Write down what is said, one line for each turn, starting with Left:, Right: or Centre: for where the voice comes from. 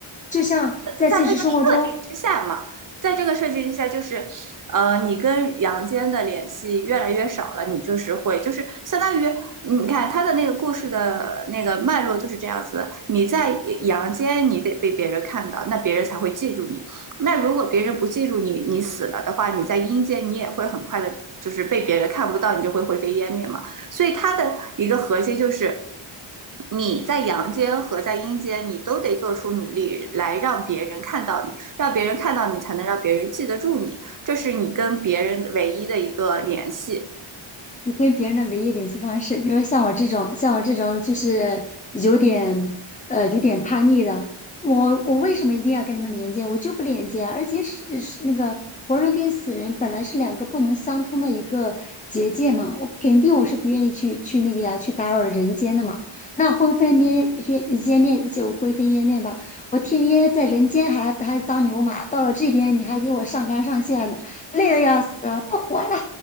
Left: 就像在现实生活中，
Right: 在这个设定之下嘛，在这个设计之下，就是呃，你跟阳间的联系越来越少了，你就是会就是相当于你看他的那个故事的那个脉络就是这样子，你在阳间你得被别人看到，那别人才会记住你。那如果别人不记住你，你死了的话，你在阴间你也会很快的，就是被别人看不到，你就会灰飞烟灭嘛。所以他的一个核心就是。你在阳间和在阴间，你都得做出努力来让别人看到你，让别人看到你，才能让别人记得住你，这是你跟别人唯一的一个联系。
Left: 你跟别人的唯一联系方式，你说像我这种，像我这种就是有点呃有点叛逆的，我我为什么一定要跟他们连接？我就不连接啊，而且是是那个活人跟死人本来是两个不能相通的一个结界嘛，我肯定我是不愿意去去那个呀，去打扰人间的嘛。那灰飞烟烟烟灭就灰飞烟灭吧，我天天在人间还还当牛马，到了这边你还给我上纲上线的，累得要死，不活了。